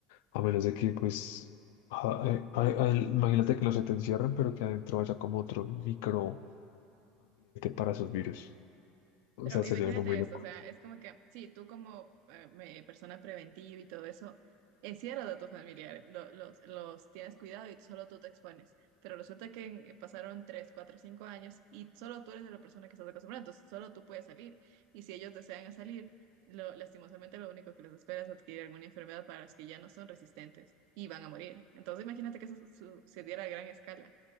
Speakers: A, on the left; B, on the right.
A: A menos de que, pues, a- a- a- imagínate que no se te encierren, pero que adentro haya como otro microambiente para esos virus. O
B: Pero
A: sea, sería
B: imagínate
A: algo muy loco.
B: esto, o sea, es como que, sí, tú como eh, me- persona preventiva y todo eso, encierras a tus familiares, lo- los, los tienes cuidado y solo tú te expones. Pero resulta que en- eh, pasaron 3 4 5 años y solo tú eres la persona que estás acostumbrada, entonces solo tú puedes salir. Y si ellos desean salir, lo, lastimosamente lo único que les espera es adquirir alguna enfermedad para las que ya no son resistentes y van a morir. Entonces imagínate que eso su- sucediera a gran escala